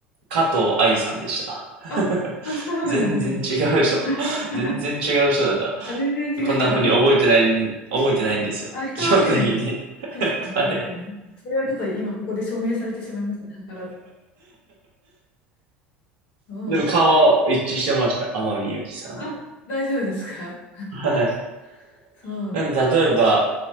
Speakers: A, on the right; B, on the left.
A: 加藤愛さんでした。
B: あ、
A: <laughs>
B: あ、そうなんですね。
A: 全然違う人。
B: <laughs>
A: 全然違う人だった。
B: あ、全然違う。
A: こんな風に覚えてない、覚えてないんですよ。
B: あ、人は見てないから。
A: 基本的に。
B: 確かに、
A: <laughs>
B: 確かに。
A: はい。
B: それはちょっと今ここで証明されてしまいましたね。図らず。そうなん
A: <laughs> でも顔は一致してました。天海祐希さんの。
B: あ、大丈夫ですか
A: はい。
B: <laughs> そうなん。
A: なんで、例えば、